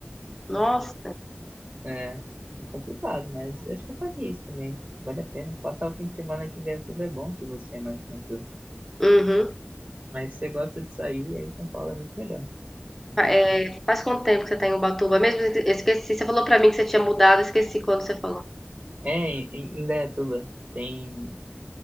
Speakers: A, in the centre; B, on the right (about 40°).
A: Nossa.
B: É, é complicado, mas acho que eu faria isso também. Vale a pena. Passar o fim de semana aqui em Indaiatuba é bom se você é mais tranquilo.
A: Uhum.
B: Mas se você gosta de sair, aí São Paulo é muito melhor. Não
A: Fa-
B: tem
A: é,
B: como.
A: faz quanto tempo que você tá em Ubatuba? Mesmo eu esqueci, você falou pra mim que você tinha mudado, eu esqueci quando você falou.
B: É, em em Indaiatuba tem,